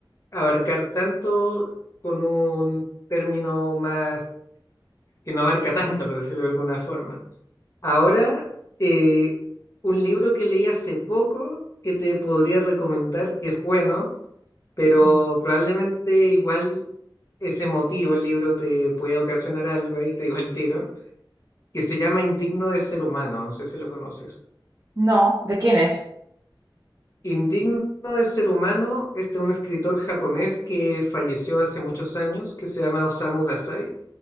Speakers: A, on the left (about 35°); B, on the right (about 35°).
A: abarcar tanto con un término más que no abarca tanto, por decirlo de alguna forma. Ahora, eh, un libro que leí hace poco que te podría recomendar, que es bueno, pero
B: Mm.
A: probablemente igual ese motivo, el libro te puede ocasionar algo ahí, te digo el tiro, que se llama Indigno de ser humano, no sé si lo conoces.
B: No, ¿de quién es?
A: Indigno de ser humano es de un escritor japonés que falleció hace muchos años, que se llama Osamu Dazai,